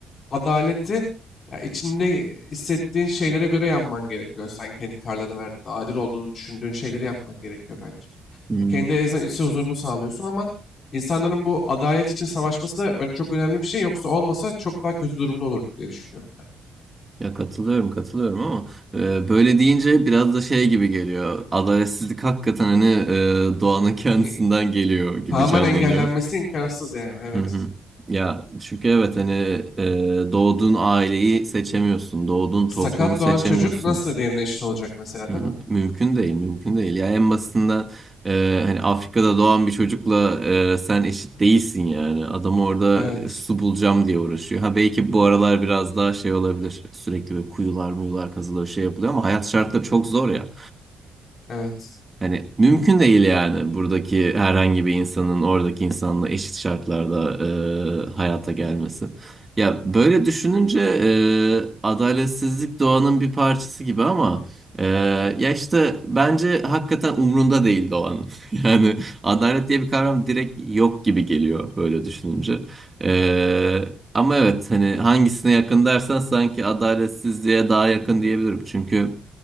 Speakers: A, on the left; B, on the right.
A: adaleti ya içinde hissettiğin şeylere göre yapman gerekiyor. Sen kendi kararlarını verdiğinde adil olduğunu düşündüğün şeyleri yapman gerekiyor bence.
B: Hmm.
A: Ya kendi insan- içsel huzurunu sağlıyorsun ama insanların bu adalet için savaşması da ö- çok önemli bir şey. Yoksa olmasa çok daha kötü durumda olurduk diye düşünüyorum ben.
B: Ya katılıyorum katılıyorum ama e, böyle deyince biraz da şey gibi geliyor. Adaletsizlik hakikaten hani e, doğanın <laughs> kendisinden
A: E,
B: geliyor gibi
A: Tamamen
B: canlanıyor.
A: engellenmesi imkansız yani evet.
B: Hı hı. Ya çünkü evet hani e, doğduğun aileyi seçemiyorsun, doğduğun
A: Sakat
B: toplumu seçemiyorsun.
A: doğan çocuk nasıl derine eşit olacak mesela
B: Hmm,
A: değil mi?
B: Mümkün değil, mümkün değil. Yani en basitinden e, hani Afrika'da doğan bir çocukla e, sen eşit değilsin yani. Adam orada
A: Evet.
B: e, su bulacağım diye uğraşıyor. Ha belki bu aralar biraz daha şey olabilir. Sürekli böyle kuyular muyular kazılıyor şey yapılıyor ama hayat şartları çok zor ya.
A: Evet.
B: Hani mümkün değil yani buradaki herhangi bir insanın oradaki insanla eşit şartlarda e, hayata gelmesi. Ya böyle düşününce e, adaletsizlik doğanın bir parçası gibi ama e, ya işte bence hakikaten umrunda değil doğanın. <laughs> Yani adalet diye bir kavram direkt yok gibi geliyor böyle düşününce. E, ama evet hani hangisine yakın dersen sanki adaletsizliğe daha yakın diyebilirim. Çünkü